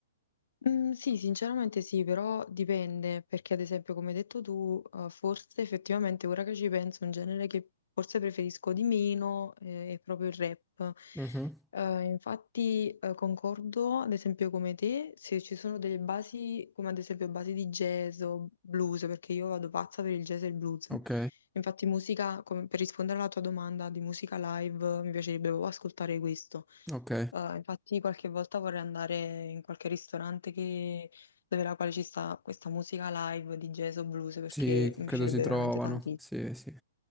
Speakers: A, on the left; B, in the centre.
A: Mhmm, sì, sinceramente sì, però dipende, perché ad esempio come hai detto tu, uhm, forse effettivamente ora che ci penso un genere che forse preferisco di meno, ehm, è proprio il rap.
B: Mhm.
A: Uhm, infatti, uhm, concordo ad esempio come te, se ci sono delle basi, come ad esempio basi di jazz o blues, perché io vado pazza per il jazz e il blues.
B: Ok,
A: Infatti musica, come per rispondere alla tua domanda di musica live, mi piacerebbe proprio ascoltare questo.
B: ok.
A: Eh, infatti qualche volta vorrei andare in qualche ristorante che- dove la quale ci sta questa musica live di jazz o blues perché
B: Sì,
A: mi
B: credo
A: piacerebbe
B: si trovano.
A: veramente tantissimo.
B: Sì, sì.